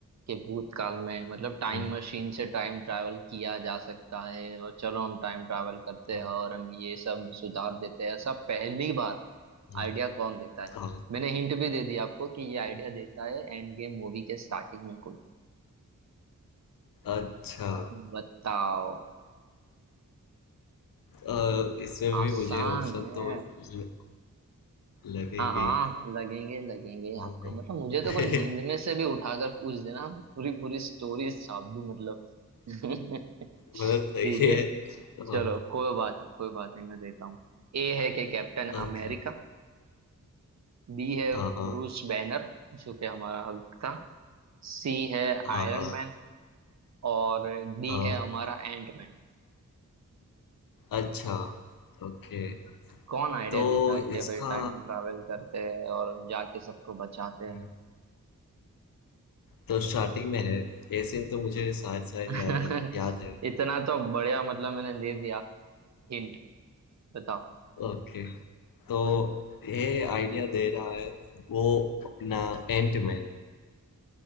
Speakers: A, on the right; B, on the left.
A: कि भूतकाल में मतलब टाइम
B: हम्म,
A: मशीन से टाइम ट्रैवल किया जा सकता है और चलो हम टाइम ट्रैवल करते
B: हाँ
A: हैं और हम ये सब सुधार देते हैं ऐसा पहली बार
B: हम्म,
A: आइडिया कौन देता है
B: हाँ।
A: मैंने हिंट भी दे दी आपको कि ये आइडिया देता है एंड गेम मूवी के स्टार्टिंग में कोई
B: अच्छा
A: बताओ
B: अ, इसमें भी
A: आसान
B: मुझे ऑप्शन
A: है
B: तो ल- लगेंगे
A: हाँ हाँ
B: ही।
A: लगेंगे लगेंगे
B: हाँ,
A: आपको
B: हाँ।
A: मतलब मुझे तो
B: <laughs>
A: कोई नींद में से भी उठाकर पूछ देना पूरी पूरी स्टोरी छाप दूं मतलब <laughs>
B: मतलब सही
A: ठीक है
B: है हाँ
A: चलो कोई बात नहीं कोई बात नहीं मैं देता हूँ ए है कि कैप्टन
B: ओके
A: अमेरिका बी है
B: हाँ हाँ
A: ब्रूस बैनर जो कि हमारा हल्क था सी है
B: हाँ
A: आयरन
B: हाँ
A: मैन और डी
B: हाँ
A: है हमारा एंट मैन
B: अच्छा ओके
A: कौन आइडिया
B: तो
A: देता है कि
B: इसका
A: भाई टाइम ट्रैवल करते हैं और जाके सबको बचाते हैं
B: हुँ। तो स्टार्टिंग में है, ये सीन तो मुझे शायद-शायद
A: <laughs>
B: याद है याद है।
A: इतना तो बढ़िया मतलब मैंने दे दिया हिंट बताओ
B: ओके, तो ये आइडिया दे रहा है वो अपना एंटमैन,